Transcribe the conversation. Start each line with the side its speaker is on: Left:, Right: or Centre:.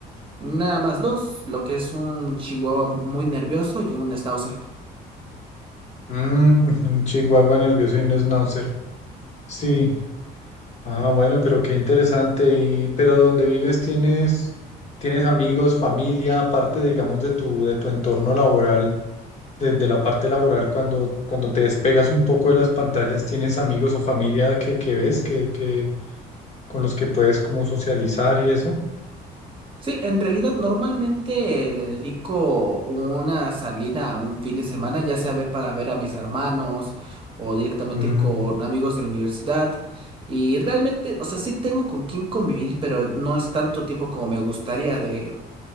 Right: Nada más dos, lo que es un chihuahua muy nervioso y un schnauzer.
Left: Mm, un chihuahua nervioso y un schnauzer. Sí. Ah, bueno, pero qué interesante. Y, pero donde vives tienes, tienes amigos, familia, aparte, digamos, de tu, de tu entorno laboral, desde la parte laboral, cuando, cuando te despegas un poco de las pantallas, ¿tienes amigos o familia que, que ves, que, que, con los que puedes como socializar y eso?
Right: Sí, en realidad normalmente le dedico una salida a un fin de semana, ya sea ver para ver a mis hermanos o directamente
Left: Mm,
Right: ir con amigos de la universidad. Y realmente, o sea, sí tengo con quién convivir, pero no es tanto tiempo como me gustaría de